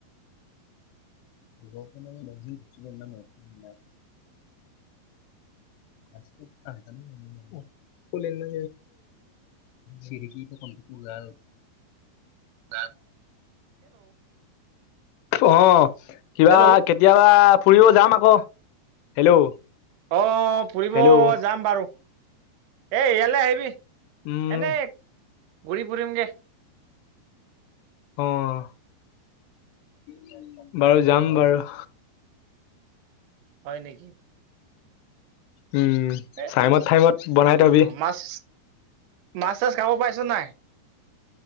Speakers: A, on the left; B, on the right.
A: <unintelligible> আজিক কাল <unintelligible> কলে নে চিৰিক আৰু উলাল
B: দাত
A: অ' কিবা
B: হেল্ল'
A: খেত কেতিয়াবা ফুৰিব যাম আকৌ, হেল্ল'।
B: অ' ফুৰিব
A: হেল্ল'
B: যাম বাৰু। এই ইয়ালে আহিবি।
A: উম
B: এনেই ঘূৰি ফুৰিমগে।
A: অ' বাৰু যাম বাৰু।
B: হয় নেকি?
A: উম।
B: এ,
A: চাইমত ঠাইমত বনাই থবি
B: মাছ, মাছ চাছ খাব পাইছ নাই?